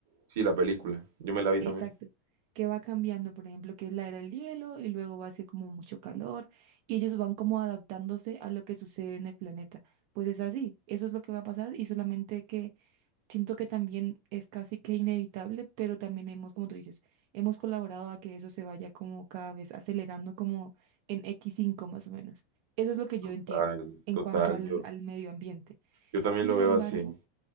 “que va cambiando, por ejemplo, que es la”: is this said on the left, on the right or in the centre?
Right